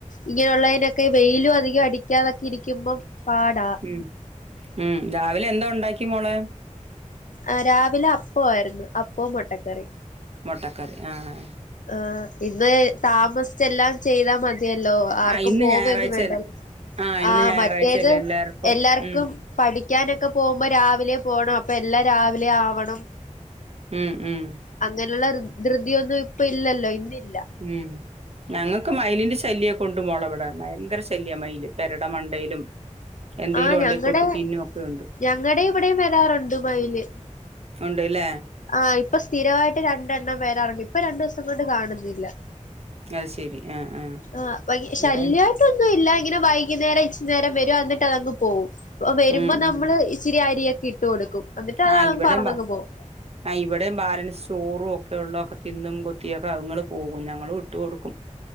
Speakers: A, on the left; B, on the right.
A: ഇങ്ങനെയുള്ളതിനൊക്കെ വെയിലു അധികം അടിക്കാന്നൊക്കെ ഇരിക്കുമ്പം പാടാ
B: ഉം ഉം രാവിലെ എന്താ ഉണ്ടാക്കി മോളെ
A: ആഹ് രാവിലെ അപ്പോ ആയിരുന്നു അപ്പ മുട്ടക്കറി
B: മൊട്ടക്കറി ആഹ്
A: ആഹ് ഇന്ന് താമസിച്ചെല്ലാം ചെയ്താ മതിയല്ലോ ആർക്കും
B: ആഹ് ഇന്ന്
A: പോവന്ന്
B: ഞായറാഴ്ച
A: വേണ്ടല്ലോ
B: ഇന്ന്
A: ആഹ്
B: ഞായറാഴ്ചയല്ലേ
A: മറ്റേത്
B: എല്ലാർക്കും
A: എല്ലാർക്കും
B: ഉം
A: പഠിക്കാനൊക്കെ പോകുമ്പോ രാവിലെ പോണം അപ്പൊ എല്ലാം രാവിലെയാവണം
B: ഉം ഉം
A: അങ്ങനെയുള്ള ധൃതിയൊന്നും ഇപ്പൊ ഇല്ലല്ലോ ഇന്നില്ല
B: ഉം ഞങ്ങൾക്ക് മയിലിന്റെ ശല്യ കൊണ്ടു മോള ഇവിടെ ഭയങ്കര ശല്യ മയില് പെരട മണ്ടയിലും എന്തേലും
A: ആഹ്
B: ഉണ്ടേ
A: ഞങ്ങടെ
B: കൊത്തി തിന്നും ഒക്കെ ഉണ്ട്
A: ഞങ്ങടെ ഇവിടെ വരാറുണ്ട് മയില്
B: ഉണ്ട്ല്ലേ
A: ആഹ് ഇപ്പൊ സ്ഥിരായിട്ട് രണ്ടെണ്ണം വരാറുണ്ട് ഇപ്പൊ രണ്ടിസം കൊണ്ട് കാണുന്നില്ല
B: അത് ശെരി ആഹ്
A: ആഹ് വ
B: ഇവിടെ
A: ശല്യ ഇപ്പൊന്നുല്ല ഇങ്ങനെ വൈകുന്നേരം ഇച്ച് നേരം വരും എന്നിട്ട് അതങ്ങ് പോകും വരുമ്പോ
B: ഉം
A: നമ്മള്
B: ഉം
A: ഇച്ചിരി അരിയൊക്കെ ഇട്ട് കൊടുക്കും എന്നിട്ട്
B: ആഹ്
A: അതങ്ങ്
B: ഇവിടെമ്പാ
A: പറന്നങ്ങ് പോകും
B: ഐ ഇവിടെ ബാലൻസ് സോറു ഒക്കെ ഉള്ളക്കെ തിന്നും കൊത്തിയൊക്കെ ഞങ്ങള് പോകും ഞങ്ങൾ ഇട്ട് കൊടുക്കും ഉം